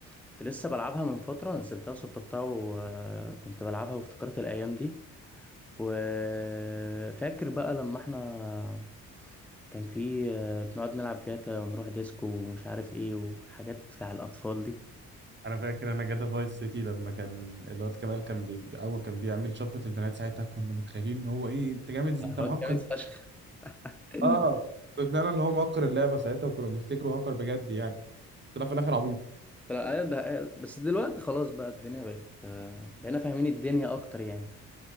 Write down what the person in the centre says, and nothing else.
كنت لسه بلعبها من فتره نزلتها وسطبتها وكنت بلعبها وافتكرت الايام دي وفاكر بقى لما احنا كان في آه، بنقعد نلعب جاتا ونروح ديسكو ومش عارف ايه والحاجات بتاع الأطفال دي
الواد
جامد فشخ <laughs>
طلع- آه، ده- آه، بس دلوقتي خلاص بقى الدنيا بقت آه، بقينا فاهمين الدنيا أكتر يعني